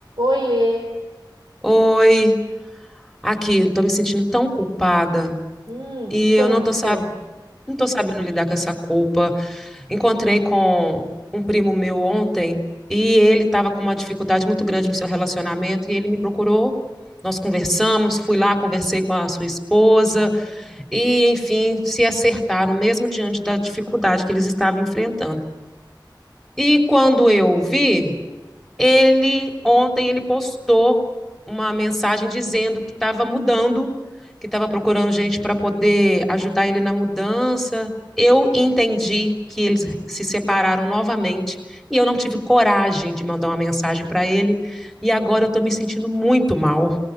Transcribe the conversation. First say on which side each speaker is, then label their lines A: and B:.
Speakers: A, on the right; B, in the centre.
A: Oiê!
B: Oi, aqui, estou me sentindo tão culpada
A: Hum, o
B: e
A: que foi
B: eu
A: que
B: não
A: aconteceu?
B: tô sab... não tô sabendo lidar com essa culpa. Encontrei com um primo meu ontem e ele estava com uma dificuldade muito grande no seu relacionamento e ele me procurou. Nós conversamos, fui lá, conversei com a sua esposa e, enfim, se acertaram mesmo diante da dificuldade que eles estavam enfrentando. E quando eu vi, ele ontem ele postou uma mensagem dizendo que estava mudando, que estava procurando gente para poder ajudar ele na mudança. Eu entendi que eles se separaram novamente e eu não tive coragem de mandar uma mensagem para ele e agora eu estou me sentindo muito mal.